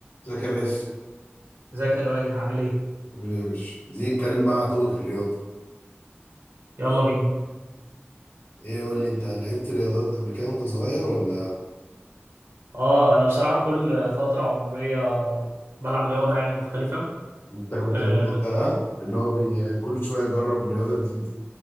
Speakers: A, on the left; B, on the right.
A: ازيك يا باشا
B: ازيك يا لؤي عامل ايه؟
A: عامل ايه يا باشا عايزين نتكلم بقى على توبك الرياضه
B: يلا بينا.
A: ايه قول لي انت لعبت رياضات قبل كده وانت صغير ولا
B: اه انا بصراحة كل فترة عمرية بلعب رياضة يعني مختلفة
A: انت كنت
B: آه
A: من النوع
B: بس
A: ده ها؟ اللي هو بي... كل شويه يجرب رياضه جديده